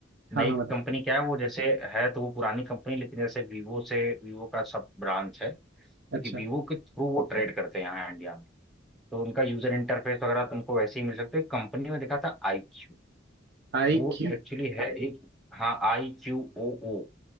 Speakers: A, in the centre; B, on the right.
A: नई
B: हाँ हाँ बताइए
A: कंपनी क्या है वो जैसे है तो वो पुरानी कंपनी लेकिन जैसे वीवो से वीवो का सब ब्रांच है क्योंकि
B: अच्छा
A: वीवो के थ्रू वो ट्रेड करते हैं यहाँ इंडिया में तो उनका यूजर इंटरफेस वगैरह तुमको वैसे ही मिल सकते हैं कंपनी में देखा था आई क्यू
B: आई
A: वो
B: क्यू
A: एक्चुअली है एक हाँ आई क्यू ओ ओ